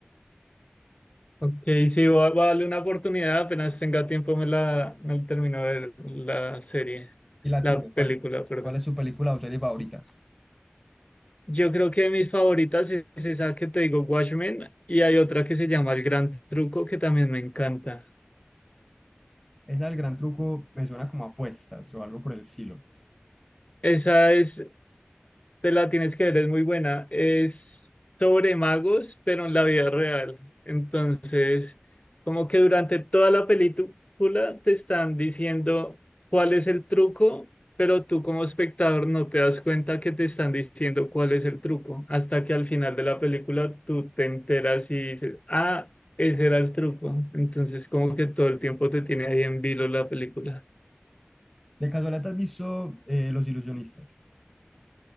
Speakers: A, on the left; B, in the centre.
A: Ok, sí, voy a, voy a darle una oportunidad. Apenas tenga tiempo me la, me la termino de ver la serie,
B: ¿Y la
A: la
B: tuya?
A: película,
B: ¿Cuál,
A: perdón.
B: cuál es su película o serie favorita?
A: Yo creo que mis favoritas es esa que te digo, Watchmen, y hay otra que se llama El Gran Truco que también me encanta.
B: Esa del gran truco me suena como apuestas o algo por el estilo.
A: Esa es, Te la tienes que ver, es muy buena. Es sobre magos, pero en la vida real. Entonces, como que durante toda la película te están diciendo cuál es el truco, pero tú como espectador no te das cuenta que te están diciendo cuál es el truco, hasta que al final de la película tú te enteras y dices, ah, ese era el truco. Entonces, como que todo el tiempo te tiene ahí en vilo la película.
B: De casualidad, ¿te ¿has visto eh, Los Ilusionistas?